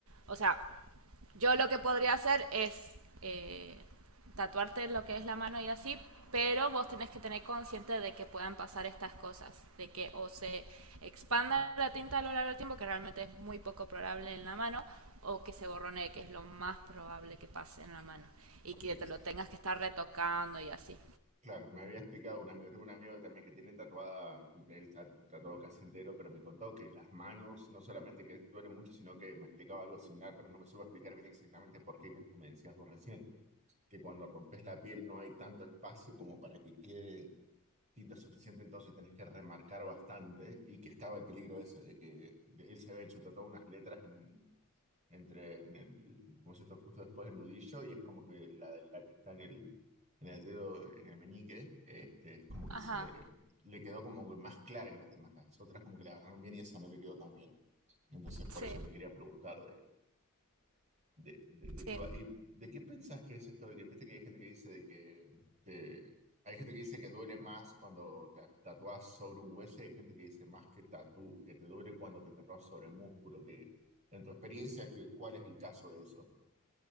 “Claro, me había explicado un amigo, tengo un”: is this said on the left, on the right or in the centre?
Right